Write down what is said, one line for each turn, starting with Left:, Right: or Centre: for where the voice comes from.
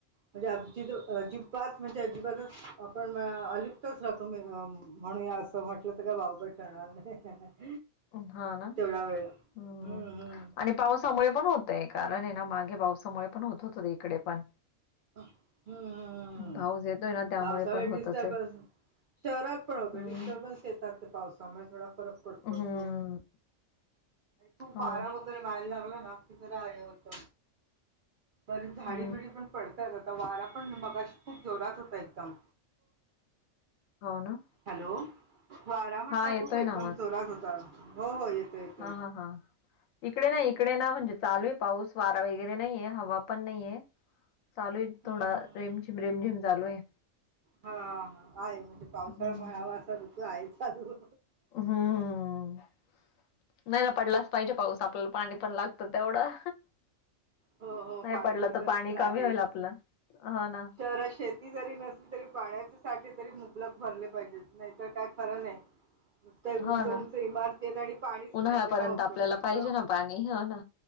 Right: म्हणजे अजि अजिबात म्हणजे अजिबातच आपण अलिप्तच राहतो मे म्हणूया असं. असं म्हटलं तर का वावगं ठरणार नाही.
Left: हा, ना.
Right: तेवढा वेळ
Left: हूं...
Right: हम्म हम्म.
Left: आणि पावसामुळे पण होतंय, कारण आहे ना मागे पावसामुळे पण होत होतं इकडेपण.
Right: हं.. ह.. हं...
Left: पाऊस येतोय ना. त्यामुळे
Right: पावसाळी
Left: पण
Right: डिस्टर्बन्स
Left: होत असेल.
Right: शहरात पण होतोय,
Left: हं.
Right: डिस्टर्बनस येतात ते पावस त्यामुळे थोडा फरक पडत
Left: हं.
Right: असतो, खूप
Left: हो
Right: बारा
Left: ना.
Right: वगैरे व्हायला लागले ना, तिथे राहिले होत बर झाडी-
Left: हं.
Right: बिडी पडतायेत आता वारा पण मगाशी खूप जोरात होता एकदम.
Left: हो, ना.
Right: हॅलो, वारा म्हंटलं
Left: हां, येतोय
Right: खूप एकदम
Left: ना
Right: जोरात होता. हो, हो. येतो. येतो
Left: हा.. हा.. हा.. इकडे ना, इकडे ना म्हणजे चालू आहे पाऊस वारा वगैरे नाहीये, हवा पण नाहीये. चालू आहे
Right: हम्म
Left: थोडा
Right: हम्म हम्म.
Left: रेमझिम- रेमझिम चालू आहे.
Right: हा, हा, हा. आहे म्हणजे पावसाळा
Left: हं.
Right: म्हळावा असा ऋतू आहे चालू.
Left: हं, हं. ह. नाही ना पडलाच पाहिजे पाऊस, आपल्याला पाणी पण लाग तं तेवढं
Right: हो हो
Left: नाही
Right: पाण्याची
Left: पडला
Right: गरज
Left: तर, पाणी
Right: आहेच
Left: कमी होईल आपलं. हो, ना.
Right: तर शेती जरी नसली, तरी पाण्याचे साठे तरी मुबलक भरले पाहिजेत नाहीतर काय खरं नाही. <inaudible> नुसतं एक
Left: हो
Right: उंच -उंच
Left: ना.
Right: इमारती आहेत आणि पाणीच
Left: उन्हाळ्यापर्यंत
Right: नाही तर काय उपयोग
Left: आपल्याला
Right: त्याचा.
Left: पाहिजे ना पाणी हो ना.